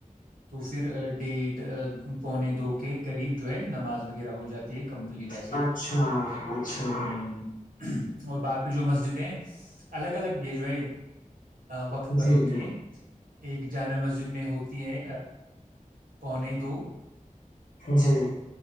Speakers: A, on the right; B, on the left.
A: تو پھر ڈیھ پونے دو کے قریب جو ہے نماز وغیرہ ہو جاتی د کمپلیٹ ایسے
B: اچھا
A: ہ
B: اچھا
A: جی ہاں جی اور باقی جو مسجد ہیں الگ الگ یہ جو ہے وقت پر
B: جی
A: ہوتی
B: جی
A: ہے ایک جامع مسجد میں ہوتی ہے پونے دو
B: جی